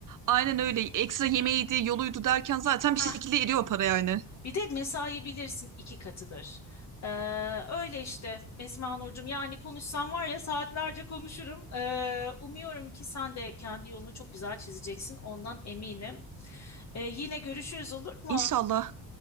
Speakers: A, on the right; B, on the left.
A: Aynen öyle. Ekstra yemeğiydi, yoluydu derken zaten
B: ha?
A: bir şekilde eriyor o para yani.
B: Bir de mesai bilirsin iki katıdır. Ee, öyle işte Esma Nurcuğum. Yani konuşsam var ya saatlerce konuşurum. Ee, umuyorum ki sen de kendi yolunu çok güzel çizeceksin. Ondan eminim. Ee, yine görüşürüz olur mu?
A: İnşallah.